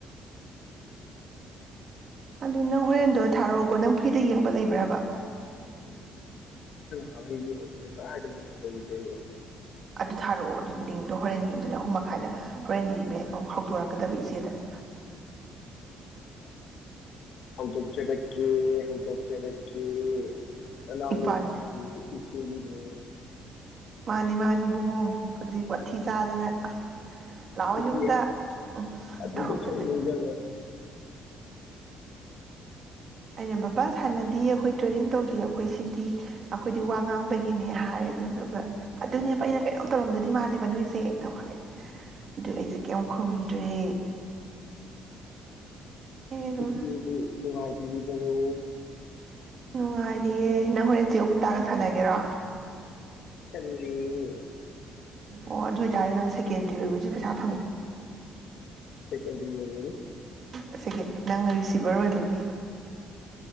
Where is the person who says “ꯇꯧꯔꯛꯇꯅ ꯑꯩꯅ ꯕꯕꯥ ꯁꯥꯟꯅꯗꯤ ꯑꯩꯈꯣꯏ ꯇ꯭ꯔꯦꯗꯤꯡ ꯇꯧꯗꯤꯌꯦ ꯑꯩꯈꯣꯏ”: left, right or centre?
Right